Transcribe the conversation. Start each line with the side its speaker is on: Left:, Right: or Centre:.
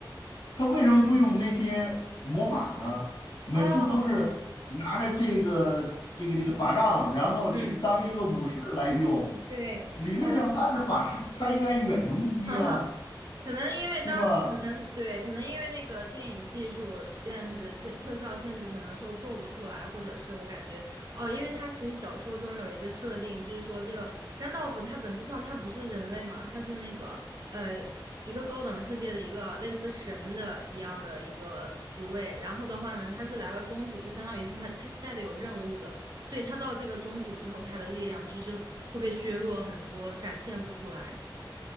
Left: 他为什么不用那些魔法呢？每次都是拿着这个这个这个法杖，
Right: 哦，
Left: 然后去当一个武士来用。
Right: 嗯，对，
Left: 理论上他是法师，
Right: 哦，
Left: 他应该远程攻击啊，
Right: 对，<laughs> 哈哈。可能因为当时可能对，
Left: 对吧？
Right: 可能因为那个电影技术限制、特特效限制，可能说做不出来，或者是我感觉哦，因为它其实小说中有一个设定，就是说这个甘道夫他本质上他不是人类嘛，他是那个呃一个高等世界的一个类似神的一样的一个职位，然后的话呢，他是来到中土，就相当于是他他是带的有任务的，所以他到这个中土之后，他的力量就是会被削弱很多，展现不出来。